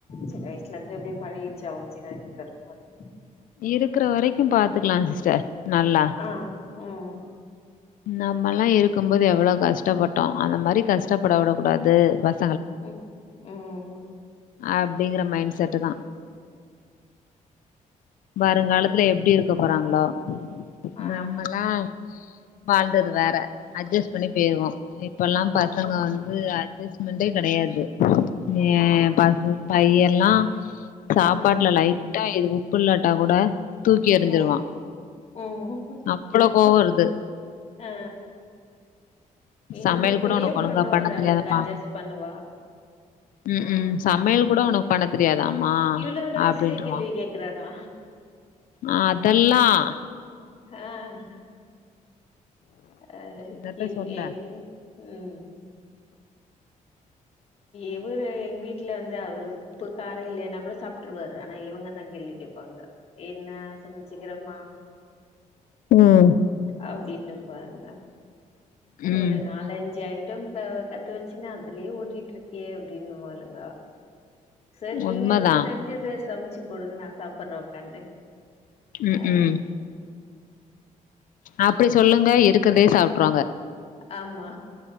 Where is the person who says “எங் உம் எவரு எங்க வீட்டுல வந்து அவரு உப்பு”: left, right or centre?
Left